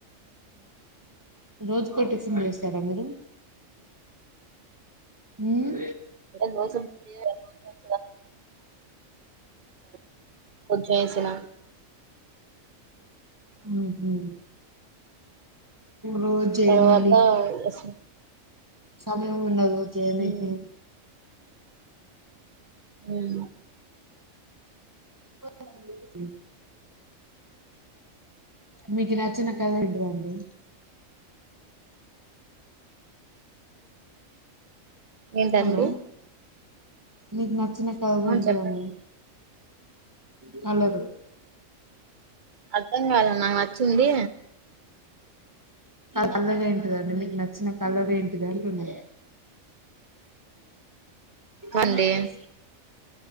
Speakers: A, on the right (about 15°); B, on the right (about 40°).
A: రోజు కొ టిఫన్ చేస్తారా మీరు ఊమ్
B: దోస వద <inaudible> వచ్చేసిన
A: హు హుమ్ రోజు చేయమండి
B: తర్వాత వేసిన.
A: సమయము ఉండదు చేయనికి
B: ఉమ్ ఊమ్
A: <inaudible> మీకు నచ్చిన కలర్ ఏంటిదండి
B: ఏంటండి
A: హలో మీకు నచ్చిన కలర్
B: ఆ
A: ఏంటిదండి
B: చెప్పండి
A: కలరు
B: అర్థం కాల నాకు నచ్చింది
A: కలర్ ఏంటిదండి మీకు నచ్చిన కలర్ ఏంటిది అంటున్నాను
B: కండి
A: అలాజేసి